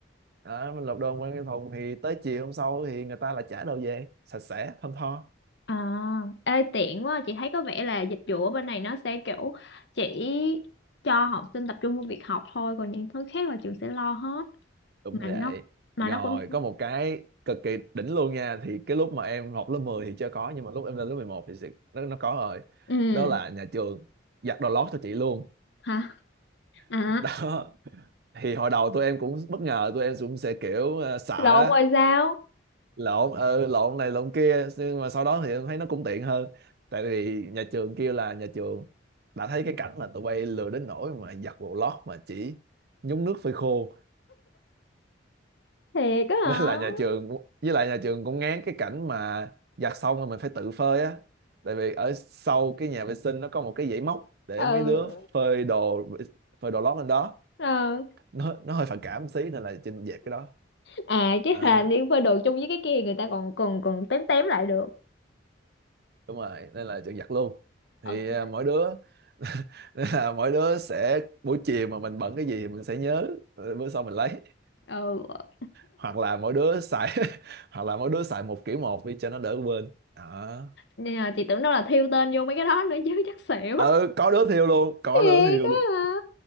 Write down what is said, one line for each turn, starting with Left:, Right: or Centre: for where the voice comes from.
Right: đó, mình lột đồ quăng cái thùng thì tới chiều hôm sau thì người ta lại trả đồ về sạch sẽ thơm tho
Left: à ê tiện quá chị thấy có vẻ là dịch vụ ở bên này nó sẽ kiểu chỉ cho học sinh tập trung vào việc học thôi còn những thứ khác là trường sẽ lo hết
Right: đúng
Left: mà
Right: rồi
Left: nó
Right: vậy
Left: mà
Right: rồi
Left: nó cũng
Right: có một cái cực kỳ đỉnh luôn nha thì cái lúc mà em học lớp 10 thì chưa có nhưng mà lúc em lên lớp 11 thì sự- nó nó có rồi
Left: ừ
Right: đó là nhà trường giặt đồ lót cho chị luôn
Left: hả à
Right: <laughs> đó thì hồi đầu tụi em cũng bất ngờ tụi em cũng sẽ kiểu ờ, sợ
Left: lộn
Right: á
Left: rồi sao
Right: lộn ừ, lộn này lộn kia nhưng mà sau đó thì em thấy nó cũng tiện hơn tại vì nhà trường kêu là nhà trường đã thấy cái cảnh là tụi bay lười đến nỗi mà giặt đồ lót mà chỉ nhúng nước phơi khô
Left: thiệt á hả
Right: nên là nhà trường với lại nhà trường cũng ngán cái cảnh mà giặt xong rồi mình phải tự phơi á tại vì ở sau cái nhà vệ sinh nó có một cái dãy móc để
Left: ừ
Right: mấy đứa phơi đồ phơi đồ lót lên đó
Left: ừ
Right: nó nó hơi phản cảm một xí nên là Trinh dẹp cái đó
Left: à chứ
Right: à,
Left: là đi phơi đồ chung với cái kia người ta còn còn còn tém tém lại được
Right: đúng rồi nên là Trinh giặt luôn thì
Left: ok
Right: à, mỗi đứa <laughs> nên là mỗi đứa sẽ buổi chiều mà mình bận cái gì thì mình sẽ nhớ ờ, bữa sau mình lấy
Left: ừ
Right: hoặc là mỗi đứa xài <laughs> hoặc là mỗi đứa xài một kiểu một đi cho nó đỡ quên đó
Left: nên là chị tưởng đâu là thiêu tên vô mấy cái đó nữa chứ chắc xỉu
Right: ừ có đứa thiêu luôn có
Left: thiệt
Right: đứa thiêu
Left: á
Right: luôn
Left: hả